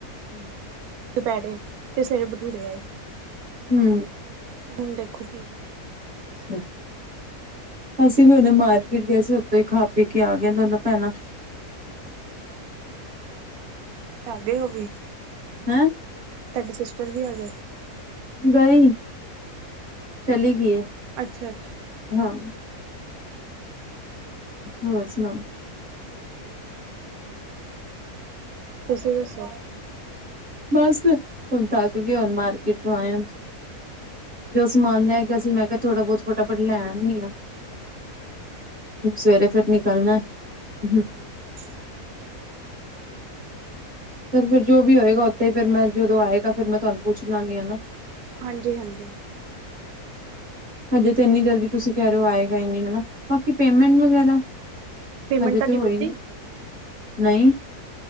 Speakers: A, on the right (about 40°); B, on the right (about 75°).
A: ਹੂੰ।
B: ਦੁਪੈੜੇ ਤੇ ਸਵੇਰੇ ਬਠੂਰੇੇ ਆਏ ਸੀ।
A: ਹੂੰ
B: ਹੁਣ ਦੇਖੋ ਕੀ ਬਣਦਾ?
A: ਅੱਛਾ ਅਸੀਂ ਵੀ ਹੁਣੇ ਮਾਰਕੀਟ ਗਏ ਸੀ ਉੱਥੋਂ ਈ ਖਾ ਪੀ ਕੇ ਆ ਗਏ ਦੋਨੋ ਭੈਣਾਂ।
B: ਅੱਛਾ ਆ ਗਏ ਓ ਵੀ
A: ਹੈਂ
B: ਤਾਡੀ ਸਿਸਟਰ ਵੀ ਆ ਗਏ।
A: ਗਈ, ਚਲੀ ਗੀ ਐ।
B: ਅੱਛਾ, ਅੱਛਾ।
A: ਹਾਂ ਹੋਰ ਸੁਣਾਓ?
B: ਹੋਰ ਵਧੀਆ। ਤੁਸੀ ਦਸੋ।
A: ਬਸ ਹੁਣ ਥੱਕ ਕੇ ਹੁਣ ਮਾਰਕੀਟ ਚੋ ਆਏ ਆ। ਜੋ ਸਮਾਨ ਰੈ ਗਿਆ ਸੀ ਮੈਂ ਕਿਆ ਥੋੜਾ ਬਹੁਤ ਫਟਾਫਟ ਲੈਣ ਆਨੀ ਆ।
B: ਅੱਛਾ
A: ਸਵੇਰੇ ਫੇਰ ਨਿਕਲਣਾ ਫਿਰ
B: ਹੂੰ
A: ਫਿਰ, ਫਿਰ ਜੋ ਵੀ ਹੋਏਗਾ ਉੱਥੇ ਫਿਰ ਮੈਂ ਜਦੋਂ ਆਏਗਾ ਫਿਰ ਮੈਂ ਤੁਆਨੂੰ ਪੁੱਛ ਲਾਂਗੀ ਨਾ।
B: ਹਾਂਜੀ ਹਾਂਜੀ
A: ਹਜੇ ਤੇ ਇੰਨੀ ਜਲਦੀ ਤੁਸੀਂ ਕੈ ਰੇ ਓ ਆਏਗਾ ਈ ਨੀ। ਬਾਕੀ ਪੇਮੈਂਟ
B: ਨਹੀਂ
A: ਵਗੈਰਾ
B: ਹਜੇ ਪੇਮੈਂਟ
A: ਹਜੇ
B: ਤੁਹਾਡੀ
A: ਤੇ ਹੋਈ
B: ਵਧੀ
A: ਨਈ